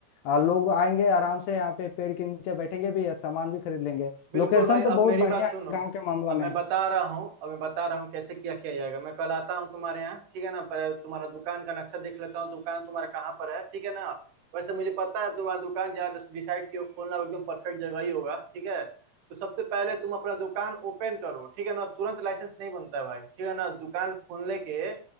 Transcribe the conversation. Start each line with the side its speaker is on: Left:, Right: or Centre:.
Left: अ, लोग आएंगे आराम से यहाँ पे पेड़ के नीचे बैठेंगे भी और सामान भी खरीद लेंगे
Right: बिल्कुल
Left: लोकेशन
Right: भाई
Left: तो बहुत
Right: अब मेरी
Left: बढ़िया
Right: बात सुनो
Left: है गाँव के मामला
Right: अब
Left: में
Right: मैं बता रहा हूँ अब मैं बता रहा हूँ कैसे किया किया जाएगा मैं कल आता हूँ तुम्हारे यहाँ ठीक है ना पर तुम्हारा दुकान का नक्शा देख लेता हूँ दुकान तुम्हारा कहाँ पर है ठीक है ना वैसे मुझे पता है तुम्हारा दुकान जहाँ डिसाइड किया हो खोलना वो एकदम परफेक्ट जगह ही होगा ठीक है तो सबसे पहले तुम अपना दुकान ओपन करो ठीक है ना तुरंत लाइसेंस नहीं बनता है भाई ठीक है ना दुकान खोलने के